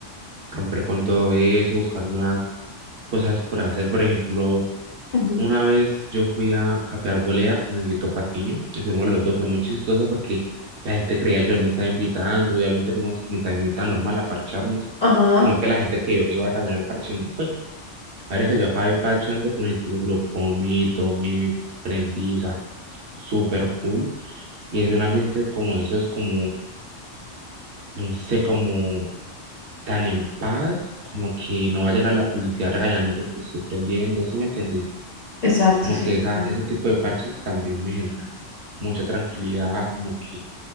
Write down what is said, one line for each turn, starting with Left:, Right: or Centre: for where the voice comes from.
Right: romper con todo eso, buscar nuevas cosas por hacer. Por ejemplo,
Left: Ujú.
Right: una vez yo fui a Café Arboleda con Guito Patiño, y fuimos los dos, fue muy chistoso porque la gente creía que él me estaba invitando, obviamente fuimos mitad y mitad normal a parcharnos,
Left: Ajá,
Right: sino que la gente que yo iba también al parche no fue. Ahora que yo acabé parchando con el grupo, comí, tomé, prendí, o sea, súper full. Y es un ambiente como eso, es como, no sé, como tan en paz, como que no va a llegar la policía a regañarme porque estoy prendiendo, ¿sí me entiendes?
Left: exacto,
Right: Como
Left: sí,
Right: que
Left: te
Right: esa,
Left: entiendo.
Right: ese tipo de parches también me genera mucha tranquilidad, como que